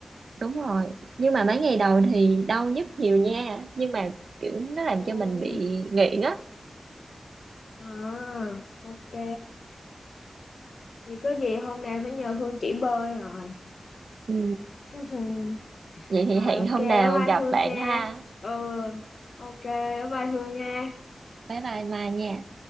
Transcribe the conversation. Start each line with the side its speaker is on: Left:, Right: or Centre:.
Right: đúng rồi nhưng mà mấy ngày đầu thì đau nhức nhiều nha nhưng mà kiểu nó làm
Left: Ừm,
Right: cho mình bị nghiện á
Left: à ok Vì có gì hôm nào phải nhờ Hương chỉ bơi rồi.
Right: Ừ.
Left: <laughs>
Right: Vậy thì
Left: Rồi
Right: hẹn
Left: ok
Right: hôm
Left: bye
Right: nào
Left: bye
Right: gặp
Left: Hương
Right: bạn
Left: nha.
Right: ha.
Left: Ừ ok bye bye Hương nha.
Right: Bye bye Mai nha.